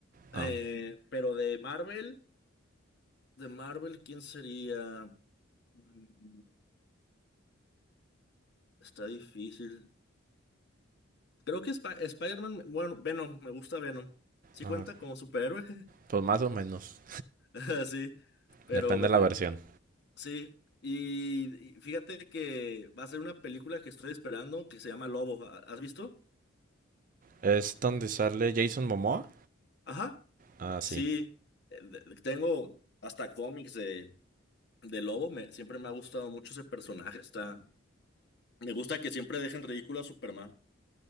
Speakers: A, on the left; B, on the right.
A: Eh,
B: Ah,
A: pero de Marvel, de Marvel, ¿quién sería? Mm, Está difícil. Creo que Sp- Spider-Man, bueno, Venom, me gusta Venom. Sí
B: ah,
A: cuenta como superhéroe,
B: pues más o menos.
A: <laughs> sí, pero
B: Depende
A: ve-
B: de
A: me-
B: la versión.
A: sí. Y, y fíjate que va a ser una película que estoy esperando que se llama Lobo. ¿Ha- ¿Has visto?
B: ¿Es donde sale Jason Momoa?
A: Ajá,
B: Ah, sí.
A: sí. Eh, de- de- Tengo hasta cómics de, de Lobo. Me, siempre me ha gustado mucho ese personaje. Está, me gusta que siempre dejen ridículo a Superman.